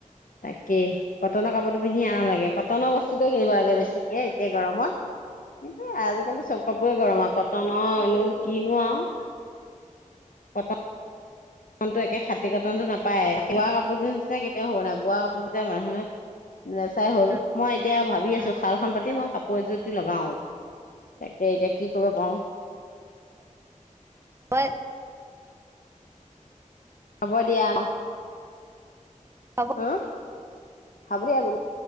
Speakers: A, on the left; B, on the right.
A: তাকেই কটনৰ কাপোৰটো পিন্ধি আৰাম লাগে। কটনৰ বস্তুটো কিনিব লাগে বেছিকে এতিয়া গৰমত, কিন্তু আজিকালি চব কাপোৰেই গৰম আৰু কটনৰনো কিনো আৰু কটন নতো একে খাতি কটনটো নাপায়ে কিৱা
B: উম
A: কাপোৰোটো সেয়া কেতিয়াও হব নোৱাৰে বোৱা কাপোৰ যে মানুহে নেচাই হল
B: উম
A: মই এতিয়া ভাবি আছো
B: উম
A: শাল খন পাতি মই কাপোৰ এযোটি লগাও তাকে এতিয়া কি কইব পাও
B: হৈয়াত
A: হ'ব দিয়া।
B: হ'ব
A: হা? হালধীয়া গুহ <unintelligible>